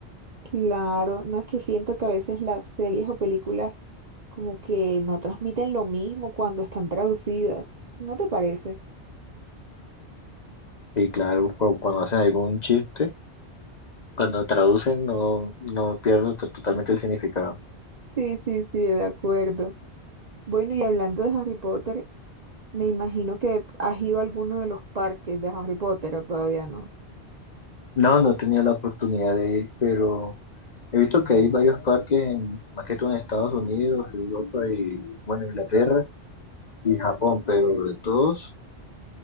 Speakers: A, on the right; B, on the left.
A: Claro, no es que siento que a veces las series o películas como que no transmiten lo mismo cuando están traducidas, ¿no te parece?
B: Y claro, cu- cuando hacen algún chiste, cuando traducen no, no pierdo to- totalmente el significado.
A: Sí, sí, sí, de acuerdo. Bueno, y hablando de Harry Potter, me imagino que has ido a alguno de los parques de Harry Potter o todavía no.
B: No, no tenía la oportunidad de ir, pero he visto que hay varios parques, en- más que todo en Estados Unidos, Europa y, bueno, Inglaterra y Japón, pero de todos,